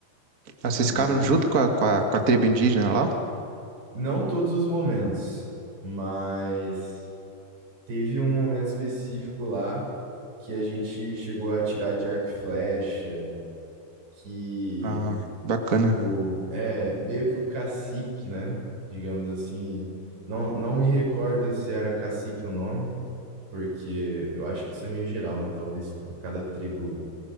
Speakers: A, on the right; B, on the right.
A: Ah, vocês
B: Que
A: ficaram junto com a, com a, com a tribo indígena lá?
B: não todos os momentos, mas Teve um momento específico lá que a gente chegou a tirar de arco e flecha, que
A: Ah, bacana.
B: o é meio que o cacique, né? Digamos assim, não, não me recordo se era cacique o nome, porque eu acho que isso é meio geral, né? Talvez cada tribo